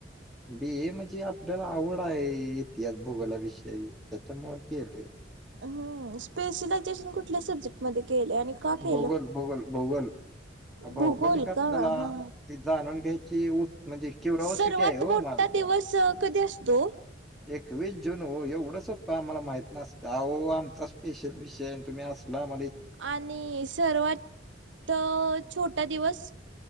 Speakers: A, in the centre; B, on the right.
A: बी ए म्हणजे आपल्याला आवड आहे इतिहास, भूगोलाविषयी त्यांच्यामुळ केलंय.
B: हम्म. स्पेशलायझेशन कुठल्या सब्जेक्ट मध्ये केलं? आणि का केलं?
A: भूगोल भूगोल भूगोल भौगोलिक
B: भूगोल
A: आपल्याला
B: का? हा.
A: ते जाणून घ्यायची उत म्हणजे क्युरॉसिटी
B: सर्वात
A: आहे हो
B: मोठ
A: मला
B: दिवस कधी असतो ओ?
A: एकवीस जून ओ एवढं सोप्पं आम्हाला माहित नसतं आवो आमचा स्पेशल विषय तुम्ही असल आम्हा
B: आणि सर्वात छोटा दिवस.